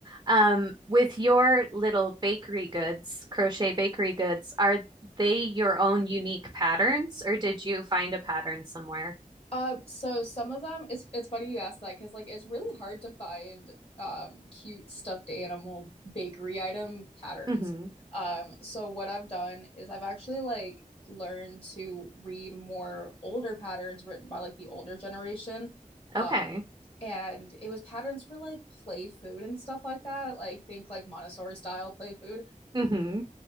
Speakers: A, on the right (about 25°); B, on the left (about 40°).
A: Um, with your little bakery goods, crochet bakery goods, are they your own unique patterns, or did you find a pattern somewhere?
B: Uh, so some of them, it's it's funny you asked that because like it's really hard to find um cute stuffed animal bakery item patterns.
A: Mhm.
B: Um, so what I've done is I've actually like learned to read more older patterns written by like the older generation. Uh.
A: Okay.
B: and it was patterns for like play food and stuff like that. Like think like Montessori style play food.
A: hmm